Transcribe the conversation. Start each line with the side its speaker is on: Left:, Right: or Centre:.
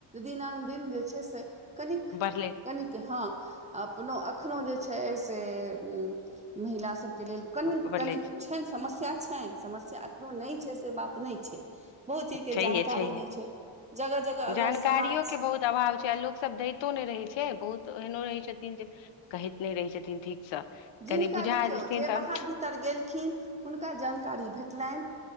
Right: दिनानुदिन जे छै से कनिक
Left: बढ़ले
Right: कनिक कि हँ अपनो एखनो जे छै से महिला सबके लेल कनि
Left: बढ़ले
Right: कनी
Left: छै।
Right: छनि समस्या छनि समस्या एखनो नहि छै से बात नहि छै बहुत चीजके
Left: छैहे
Right: जानकारी
Left: छैहे
Right: नहि छै जगह जगह अगर
Left: जानकारियो
Right: समाज
Left: <unintelligible> छै आ लोक सब दैतो नहि रहै छै बहुत एहनो रहै छथिन जे कहैत नहि रहै छथिन ठीकसँ
Right: जिनका
Left: कनि बुझा
Right: देखियौ
Left: जेथिन
Right: जे
Left: तऽ
Right: बाहर भीतर गेलखिन हुनका जानकारी भेटलनि